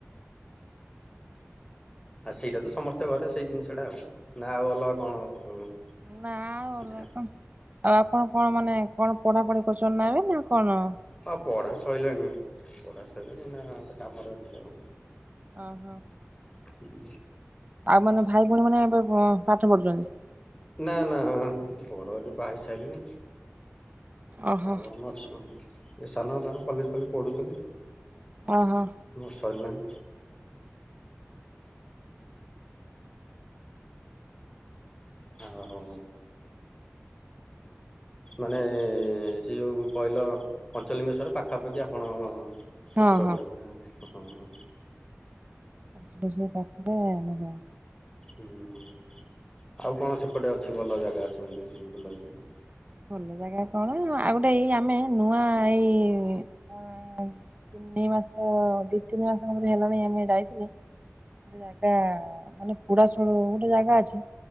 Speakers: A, on the left; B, on the right.
A: ଆଉ ସେଇଟା ତ ସମସ୍ତେ ଘରେ ସେଇ ଜିନିଷଟା ଆଉ ନା ଆଉ ଅଲଗା କଣ ସବୁ ପିଠା
B: ନା ଅଲଗା କଣ ଆଉ ଆପଣ କଣ ମାନେ କଣ ପଢା ପଢି କରୁଛନ୍ତି ନ ଏବେ ନା କଣ?
A: ହଁ ପଢା ସରିଲାଣି ପଢା ସରିଲାଣି ନା ଗୋଟେ କାମରେ ଅଛି ଆଉ ।
B: ଓ ହୋ
A: ହୁଁ
B: ଆଉ ମାନ ଭାଇ ଭଉଣୀ ମାନେ ଏବେ ପାଠ ପଢୁଛନ୍ତି
A: ନା ନା ବଡଜ ବାହା ହେ ସାରିଲଣି
B: ଓହୋ
A: ଆଉ ଆମ ସ ସାନ ତାର କଲେଜ ଫଲେଜ୍ ପଢୁଛନ୍ତି
B: ଓହୋ
A: ମୋର ସରିଲାଣି ଆଉ ମାନେ ସେ ଯୋଉ କହିଲ ପଞ୍ଚଲିଙ୍ଗେଶ୍ୱଵର ପାଖାପାଖି ଆପଣ ସେପଟେ
B: ହଁ ହଁ।
A: ଘର ନାଁ ହଁ ହଁ
B: ପାଞ୍ଚ ବଷର ପାଖରେ ଆମ
A: ହୁଁ ଆଉ କଣ ସେପଟେ ଅଛି ଭଲ ଜାଗା ସେମିତି ବୁଲାବୁଲି
B: ଭଲ ଜାଗା କଣ ଆଉ ଗୋଟେ ଏଇ ଆମେ ନୂଆ ଏଇ ତିନି ମାସ ଦି ତିନି ମାସଙ୍କରେ ହେଲାଣି ଆମେ ଯାଇଥିଲୁ ଗୋଟେ ଜାଗା ମାନେ ପୁଡାସଳ ଗୋଟେ ଜାଗା ଅଛି